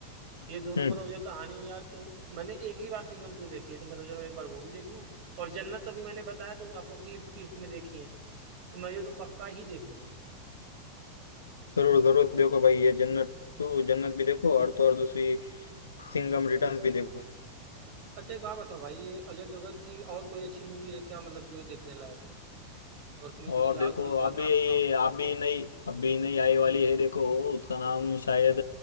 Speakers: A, on the right; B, on the left.
A: ये दोनों
B: हम्म
A: मतलब मुझे कहानी यार तो मैंने एक ही बार सिंघम टू देखी है तो मैं सोच रहा हूँ एक बार वो भी देख लूँ और जन्नत तो अभी मैंने बताया तो आपको क्लिप्स क्लिप्स में देखी है तो मैं ये तो पक्का ही देखूंगा
B: जरूर जरूर देखो भाई ये जन्नत टू जन्नत भी देखो और तो और दूसरी सिंघम रिटर्न्स भी देखो
A: अच्छा एक बात बताओ भाई ये अजय देवगन की और कोई अच्छी मूवी है क्या मतलब जो देखने लायक हो और तुम्हें
B: और
A: कुछ याद
B: देखो
A: हो दो
B: अभी
A: चार नाम बताओ तो
B: अभी नई अभी नई आई वाली है देखो उसका नाम शायद